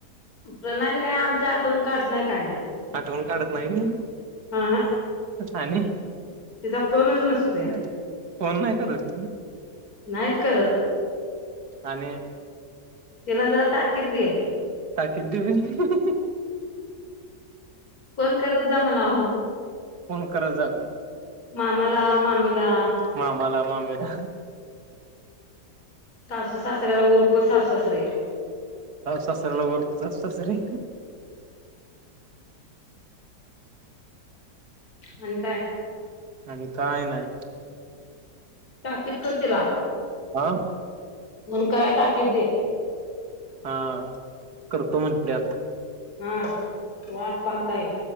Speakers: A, on the left (about 60°); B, on the right (about 70°).
A: प्रणाली काय आमच्या आठवून काढत नाही काय नाही
B: आटवण काढत नाही म
A: हा हा
B: आणि
A: तिचा फोनच नसतोया
B: ह फोन नाही करत
A: नाहीत करत
B: आणि
A: तिला जरा ताकीद द
B: त क देऊ <unintelligible>
A: फोन करत जा म्हणाह
B: कोण करत जाग
A: मामाला मामीला <unintelligible>
B: मामाला मामेला
A: सासू सासऱ्याला उरप सासू सासरे <unintelligible>
B: स सरला उर सरी
A: आणि काय
B: आणि काय नाही
A: ताकीद करतीलला
B: हा
A: फन कराय ताकीद दे <unintelligible>
B: हा करतो म्हणे आता
A: हा वाट पाहता ये